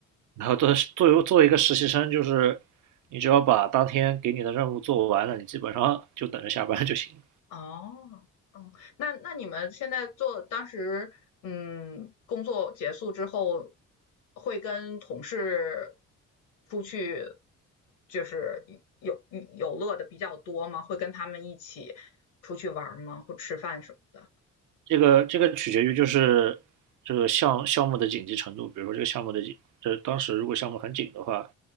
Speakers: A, on the right; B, on the left.
A: 然后做做做，作为一个实习生，就是你只要把当天给你的任务做完了，你基本上就等着下班就行
B: 哦，哦，那那你们现在做当时，嗯，工作结束之后，会跟同事出去，就是有有乐的比较多吗？会跟他们一起出去玩吗？或吃饭什么的？
A: 这个这个取决于就是这个项项目的紧急程度，比如说这个项目的紧这当时如果项目很紧的话，